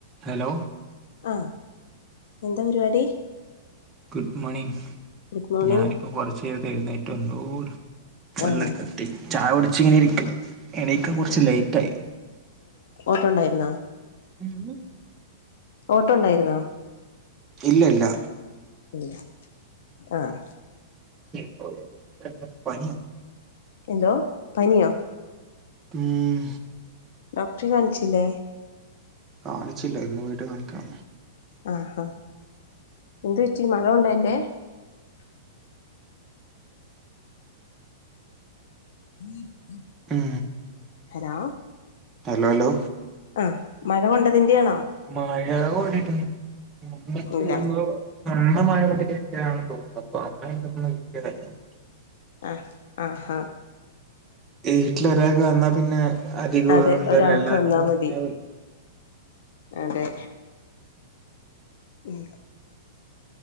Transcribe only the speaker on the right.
ഹലോ
ഗുഡ് മോർണിംഗ്
ഞാനിപ്പം കൊറച്ചു നേർത്തെ എഴുന്നേറ്റു വന്നൂള്ളു പല്ലൊക്കെ
തേച്ച് ചായ കുടിച്ചിങ്ങനെ ഇരിക്കാണ് എണീക്കാൻ കൊറച്ച് ലേറ്റ് ആയി
<inaudible>
ഇല്ലല്ല
<inaudible> പനിയാ
ഉം
കാണിച്ചില്ല ഇന്ന് പോയിട്ട് കാണിക്കണം
ഉം
ഹലലൊ
മഴ കൊണ്ടിട്ടൊന്നൂല്ല അമ്മയ്ക്ക്
എവുട്ന്നോ അമ്മ മഴ കൊണ്ട് കിട്ട്യാണെന്ന് തോന്നുന്നു അപ്പം അമ്മേൻ്റ്ടത്തിന്ന് കിട്ടേതാ ഇതും
വീട്ടില് ഒരാക്ക് വന്നാ പിന്നെ അധികം
എന്തേലും
എല്ലാർക്കും
വേം വരും